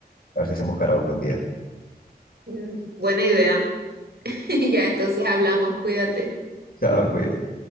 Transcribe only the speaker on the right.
mm, buena idea. <laughs> Ya, entonces hablamos, cuídate.